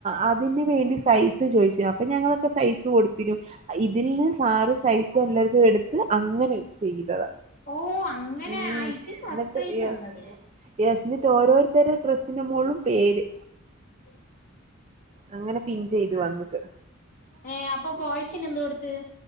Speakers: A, on the right; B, on the left.
A: ആ തിന് വേണ്ടി സൈസ് ചോദിച്ചു. അപ്പം ഞങ്ങളൊക്കെ സൈസ് കൊടുത്തിനു. ഇതിൽ നിന്ന് സാറ് സൈസ് എല്ലാടത്തും എടുത്ത് അങ്ങനെ ചെയ്തതാ.
B: ഓ അങ്ങനെ
A: ഉം
B: ആയിട്ട് സർപ്രൈസ്
A: എന്നിട്ട് യെസ്
B: തന്നത്
A: <unintelligible> എന്നിട്ട് ഓരോരുത്തരും ഡ്രസ്സിന്റെ മുകളിലും പേര്.
B: ഉ <inaudible>
A: അങ്ങനെ പിൻ ചെയ്ത്
B: ആ
A: വന്നക്ക്
B: ഏ അപ്പൊ ബോയിസിന് എന്ത് കൊടുത്ത്